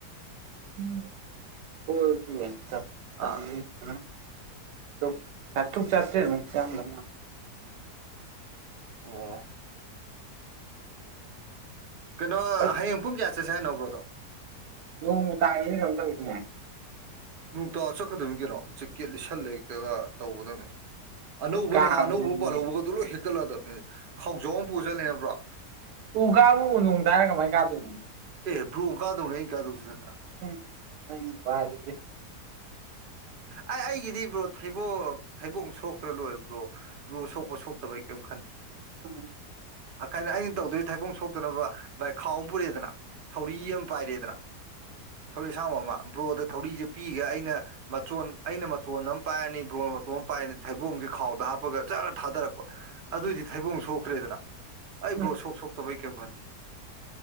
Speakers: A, on the right (about 80°); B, on the right (about 60°).
A: ꯎꯝ ꯀꯣꯜꯒꯤ ꯆꯥꯝ ꯆꯥꯝꯃꯔꯤ
B: ꯑꯥ
A: ꯗꯨꯃꯥꯢ <unintelligible> ꯆꯥꯇ꯭ꯔꯨꯛ ꯆꯥꯇ꯭ꯔꯦꯠꯃꯨꯛ ꯆꯪꯒ꯭ꯔꯃꯥꯅꯦ
B: ꯑꯣ ꯀꯩꯅꯣ
A: ꯑꯩ
B: ꯍꯌꯦꯡ ꯄꯨꯡ ꯀꯌꯥ ꯆꯠꯁꯦ ꯍꯥꯏꯅꯣ ꯕ꯭ꯔꯣꯗꯣ
A: ꯅꯣꯡ ꯇꯥꯏ ꯇꯧꯁꯤꯅꯦ
B: ꯅꯣꯡꯇꯥ ꯆꯠꯀꯗꯕꯅꯤ ꯀꯩꯅꯣ ꯖꯦꯛꯀꯦꯠ ꯂꯤꯁꯜꯂ ꯍꯦꯛꯇꯒ ꯇꯧꯒꯗꯕꯅꯦ ꯑꯅꯧꯕ
A: ꯀꯥꯕꯗꯗꯤ
B: ꯅꯍꯥꯟ ꯑꯅꯧꯕ ꯄꯥꯜꯍꯧꯕꯒꯛꯇꯣ ꯂꯣꯏ ꯍꯦꯛꯇꯠꯂꯛꯑꯗꯕꯅꯤ ꯈꯥꯎꯖꯥꯎ ꯑꯃ ꯄꯨꯁꯤꯜꯂꯦꯕ꯭ꯔꯣ
A: ꯎ ꯀꯥꯕꯥꯕꯨ ꯅꯣꯡꯇꯥꯔꯥ ꯀꯃꯥꯏ ꯀꯥꯗꯣꯏꯅꯣ
B: ꯑꯦ ꯕ꯭ꯔꯣ ꯀꯥꯗꯧꯅꯦ ꯑꯩ ꯀꯥꯗꯧꯁꯨ ꯅꯠꯇꯅ
A: ꯎꯝ ꯅꯪ ꯋꯥ ꯗꯨꯗꯤ
B: ꯑꯩ ꯑꯩꯒꯤꯗꯤ ꯕ꯭ꯔꯣ ꯊꯩꯕꯣ ꯊꯩꯕꯣꯡ ꯁꯣꯛꯇ꯭ꯔ ꯂꯣꯏꯔꯦ ꯕ꯭ꯔꯣ ꯕꯔꯣ ꯁꯣꯛꯄ ꯁꯣꯛꯇꯕ ꯑꯩ ꯀꯌꯤꯝ ꯈꯟ
A: ꯎꯝ
B: ꯑ ꯀꯥꯏꯅ ꯑꯩꯅ ꯇꯧꯗꯣꯏ ꯊꯥꯏꯕꯨꯡ ꯁꯣꯛꯇꯅꯕ ꯚꯥꯏ ꯈꯥꯎ ꯑꯃ ꯄꯨꯔꯛꯑꯦꯗꯅ ꯊꯧꯔꯤ ꯑꯃ ꯄꯥꯏꯔꯦꯗꯅ ꯊꯧꯔꯤ ꯑꯁꯥꯡꯕ ꯑꯃ ꯕ꯭ꯔꯣꯗ ꯊꯧꯔꯤꯖꯦ ꯄꯤꯒ ꯑꯩꯅ ꯃꯆꯣꯟ ꯑꯩꯅ ꯃꯇꯣꯟ ꯑꯃ ꯄꯥꯏꯔꯅꯤ ꯕ꯭ꯔꯣꯅ ꯃꯇꯣꯟ ꯑꯃ ꯄꯥꯏꯔꯅꯤ ꯊꯩꯕꯣꯡꯖꯦ ꯈꯥꯎꯗ ꯍꯥꯞꯄꯒ ꯖꯔ ꯊꯥꯗꯔꯛꯄ ꯑꯗꯨꯏꯗꯤ ꯊꯩꯕꯨꯡ ꯁꯣꯛꯇ꯭ꯔꯦꯗꯅ ꯑꯩ
A: ꯎꯝ
B: ꯕ꯭ꯔꯣ ꯁꯣꯛ ꯁꯣꯛꯇꯕ ꯑꯩ ꯀꯩꯝ ꯈꯟꯗꯦ